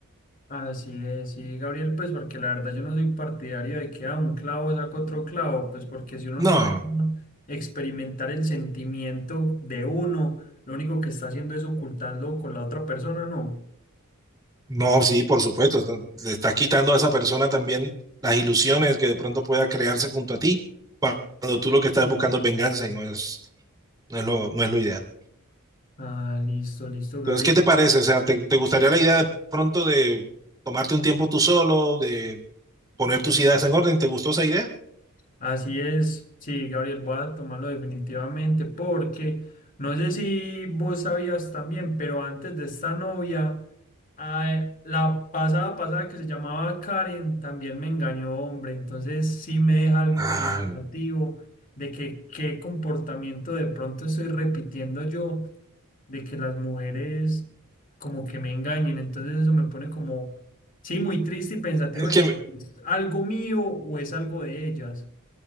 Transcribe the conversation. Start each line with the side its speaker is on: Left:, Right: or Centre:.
Left: Así es, sí, Gabriel, pues porque la verdad yo no soy partidario de que a un clavo saca otro clavo, pues porque si uno
Right: No,
Left: no deja
Right: no,
Left: experimentar el sentimiento de uno, lo único que está haciendo es ocultarlo con la otra persona, ¿no?
Right: no, sí, por supuesto, no, le estás quitando a esa persona también las ilusiones que de pronto pueda crearse junto a ti, cuando tú lo que estás buscando es venganza y no es, no es lo, no es lo ideal.
Left: Ah, listo, listo,
Right: Entonces,
Left: Gabriel.
Right: ¿qué te parece? O sea, ¿te, te gustaría la idea de pronto de tomarte un tiempo tú solo, de poner tus ideas en orden? ¿Te gustó esa idea?
Left: Así es, sí, Gabriel, voy a tomarlo definitivamente porque no sé si vos sabías también, pero antes de esta novia, ah, la pasada pasada que se llamaba Karen también me engañó, hombre, entonces sí me deja algo
Right: Ay,
Left: pensativo
Right: no.
Left: de que qué comportamiento de pronto estoy repitiendo yo, de que las mujeres como que me engañen, entonces eso me pone como, sí, muy triste y pensativo
Right: Es
Left: de
Right: que
Left: que
Right: me-
Left: es algo mío o es algo de ellas.